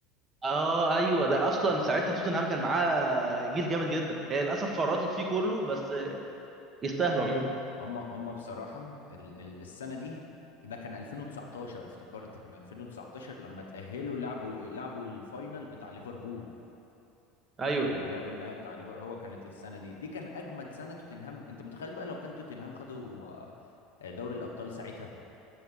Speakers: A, on the right (about 30°); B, on the left (about 70°).
A: اه ايوه ده اصلا ساعتها توتنهام كان معاه جيل جامد جدا هي للاسف فرطت فيه كله بس آه، يستاهلوا عموما
B: هم هم بصراحة ال ال السنة دي ده كان 2019 افتكرت كان 2019 لما تأهلوا لعبوا لعبوا الفاينل بتاع ليفربول
A: ايوه
B: لما لعبوا النهائي بتاع ليفر- هو كانت السنه دي دي كان اجمد سنه توتنهام انت متخيل بقى لو كان توتنهام خدوا آه، دوري الابطال ساعتها